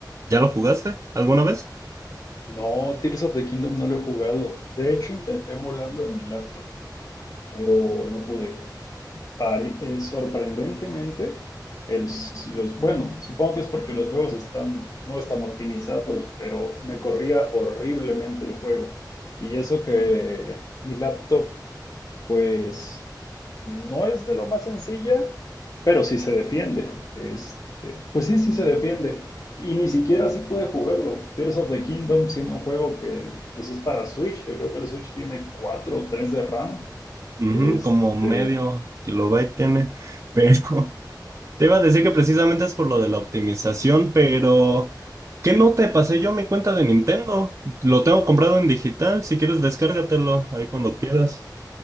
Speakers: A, on the right (about 40°); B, on the left (about 50°).
A: ¿Ya lo jugaste alguna vez?
B: No, Tears of the Kingdom no lo he jugado. De hecho, intenté emularlo en mi laptop, pero no pude. Pare- eh, sorprendentemente, el s- los, bueno, supongo que es porque los juegos están, no están optimizados, pero me corría horriblemente el juego. Y eso que mi laptop, pues, no es de lo más sencilla, pero sí se defiende. Este, pues sí, sí se defiende. Y ni siquiera así pude jugarlo. Tears of the Kingdom, siendo un juego que, pues, es para Switch, que creo que el Switch tiene 4 o 3 de RAM.
A: Ujú,
B: Este,
A: como medio kilobyte tiene, pero <laughs> te iba a decir que precisamente es por lo de la optimización, pero ¿qué no te pasé yo mi cuenta de Nintendo? Lo tengo comprado en digital, si quieres descárgatelo ahí cuando quieras.